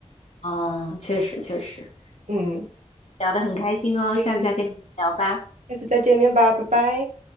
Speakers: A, on the left; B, on the right.
A: 嗯，确实，确实。
B: 嗯，
A: 聊得很开心哦，下次再跟你聊吧，
B: 嗯，下次再见面吧，拜拜。